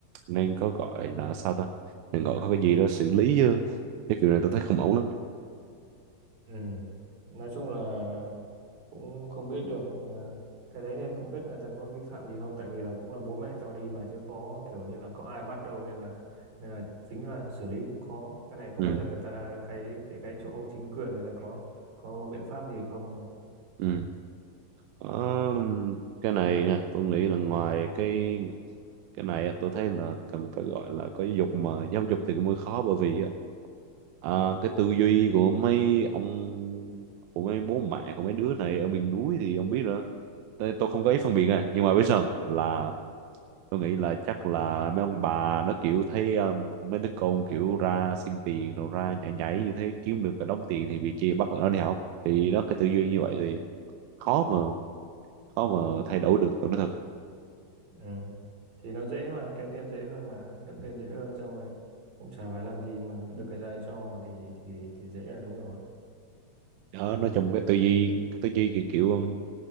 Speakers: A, on the right; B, on the right.
A: nên có gọi là sao ta nên gọi có cái gì đó xử lý chứ cái kiểu này tôi thấy không ổn lắm
B: ừ. nói chung là cũng không biết được à, cái đấy nên không biết người ta có vi phạm gì không tại vì là cũng là bố mẹ cho đi mà chứ có kiểu như là có ai bắt đâu nên là nên là chính là xử lý cũng khó cái này không
A: ừ
B: biết là người ta cái cái chỗ chính quyền người ta có có biện pháp gì không không
A: ừ Ờ, cái này nha, tôi nghĩ là ngoài cái cái này á, tôi thấy là cần phải gọi là có giáo dục mà giáo dục thì cũng hơi khó bởi vì á, à, cái tư duy của mấy ông của mấy bố mẹ của mấy đứa này ở miền núi thì ông biết rồi tôi, tôi không có ý phân biệt này nhưng mà biết sao không? là tôi nghĩ là chắc là mấy ông bà nó kiểu thấy um, mấy đứa con kiểu ra xin tiền rồi ra nhảy nhảy như thế kiếm được cái đống tiền thì bị kia bắt tụi nó đi học thì nó cái tư duy như vậy thì khó mà khó mà thay đổi được tôi nói thật
B: ừ. thì nó dễ mà kiếm tiền dễ hơn mà kiếm tiền dễ hơn xong rồi cũng chả phải làm gì mà được cái này cho mà đi thì thì dễ là đúng rồi
A: đó, nó trong
B: ừ.
A: cái tư duy tư duy kiểu, kiểu um,